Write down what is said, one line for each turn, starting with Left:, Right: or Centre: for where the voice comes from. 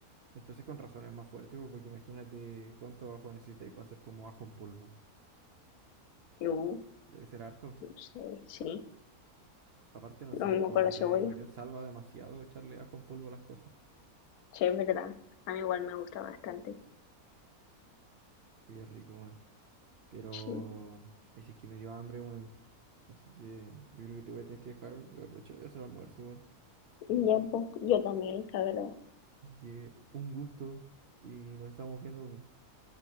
Right: Entonces con razón es más fuerte, pues, porque imagínate cuánto ajo necesitáis para hacer como ajo en polvo.
Left: yo
Right: Debe ser harto.
Left: no sé, sí,
Right: Aparte, no
Left: lo
Right: sé,
Left: mismo
Right: como
Left: con la cebolla,
Right: te digo, yo salva demasiado echarle ajo en polvo a las cosas.
Left: sí, es verdad, a mí igual me gusta bastante.
Right: Sí, es rico, weón. Pero,
Left: Sí,
Right: ay, sí que me dio hambre, weón. Así que yo creo que te voy a tener que dejar, voy a aprovechar de hacer el almuerzo, weón.
Left: ya, pues, yo también, la verdad.
Right: Así que un gusto y nos estamos viendo, po.